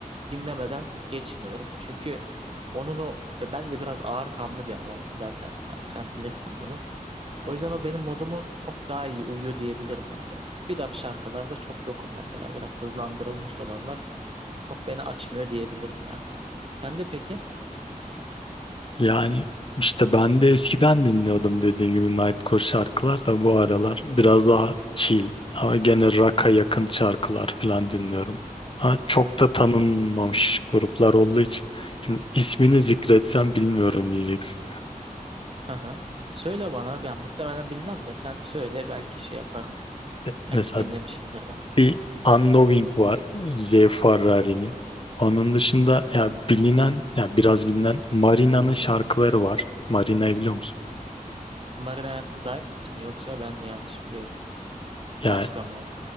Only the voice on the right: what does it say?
dinlemeden geçmiyorum. Çünkü onun o e, ben de biraz ağır kanlı bir adamım zaten. Hani sen bilirsin bunu.
O yüzden o benim modumu çok daha iyi uyuyor diyebilirim yani. Speed up şarkılarda çok yokum mesela. Biraz hızlandırılmış olanlar çok beni açmıyor diyebilirim ya. Sen de peki?
Hı hı.
Hı hı. Söyle bana. Yani muhtemelen bilmem de sen söyle belki şey yaparım.
Belki dinlemişimdir de.
Hı hı.
Hı hı.
Marina and the Diamonds mı yoksa ben mi yanlış biliyorum?
Başka mı o?